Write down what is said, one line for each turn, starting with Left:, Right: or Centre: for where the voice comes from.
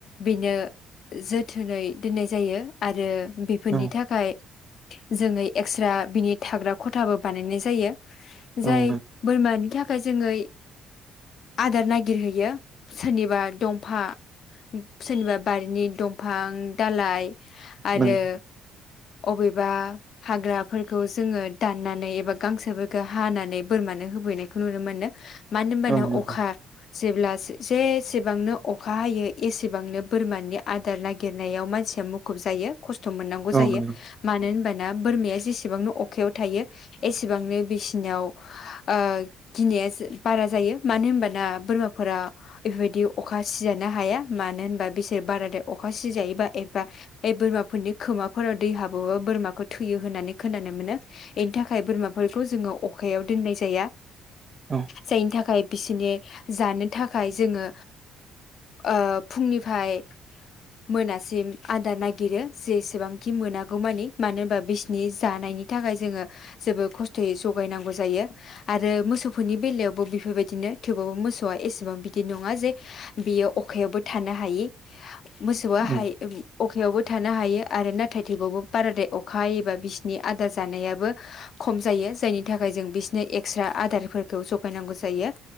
Left: बेनो जोथोनै दोननाय जायो आरो बेफोरनि
Right: औ
Left: थाखाय जोङै एक्स्रा बिनि थाग्रा खथाबो बानायनाय जायो
Right: औ
Left: जाय
Right: नंगौ
Left: बोरमानि थाखाय जोङो आदार नागिर हैयो सोरनिबा दंफा सोरनिबा बारिनि दंफां दालाइ आरो
Right: नंगौ
Left: अबेबा हाग्राफोरखौ जोङो दाननानै एबा गांसोफोरखौ हानानै बोरमानो होफैनायखौ नुनो मोनो मानो होनबाना
Right: औ नंगौ
Left: अखा जेब्ला जेसेबांनो अखा हायो एसेबांनो बोरमानि आदार नागिरनायाव मानसिया मुखुब जायो। खस्थ' मोननांगौ
Right: औ
Left: जायो
Right: नंगौ
Left: मानो होनबाना बोरमाया जेसेब एसेबांनो अखायाव थायो एसेबांनो बिसिनाव ओ गिनाया बारा जायो मानो होनबाना बोरमाफोरा बेफोरबायदि अखा सिजानो हाया मानो होनबा बिसोर बारादाय अखा सिजायोबा एफा बे बोरमाफोरनि खोमाफोराव दै हाबोबा बोरमाखौ थैयो होननानै खोनानो मोनो एनथाखाइ थाखाय बोरमाफोरखौ जोङो अखायाव दोननाय जाया।
Right: औ
Left: जायनि थाखाय बिसिनि जानो थाखाय जोङो ओ फुंनिफ्राय मोनासिम आदार नागिरो जेसेबांखि मोनागौमानि मानोबा बिसिनि जानायनि थाखाय जोङो जोबोर खस्थ'यै जगायनांगौ जायो आरो मोसौफोरनि बेलायावबो बेफोरबायदिनो थेवबाबबो मोसौआसे सेबां बिदि नङा जे बियो अखायावबो थानो हायि मोसौआ
Right: औ
Left: हायो अखायावबो थानो हायो आरोना थैथैबावबो बारा दे खा एबा बिसिनि आदार जानायाबो खम जायो जायनि थाखाय जों बिसोरनि एक्स्रा आदारफोरखौ जगायनांगौ जायो